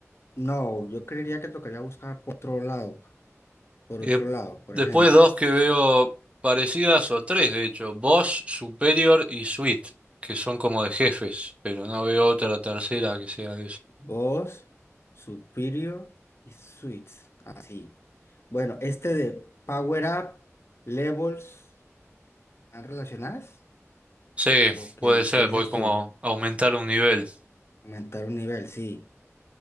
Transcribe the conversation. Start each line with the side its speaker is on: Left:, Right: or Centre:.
Left: no, yo creería que tocaría buscar por otro lado. Por
Right: Y
Left: otro
Right: de-
Left: lado, por
Right: después
Left: ejemplo,
Right: dos que veo parecidas o tres, de hecho, boss, superior y suite, que son como de jefes, pero no veo otra tercera que sea de eso.
Left: Boss, Superior y Suites. Así. Bueno, este de Power Up, Levels, ¿están relacionadas?
Right: Sí,
Left: ¿O qué,
Right: puede ser,
Left: qué dices
Right: voy como
Left: tú?
Right: aumentar un nivel.
Left: Aumentar un nivel, sí.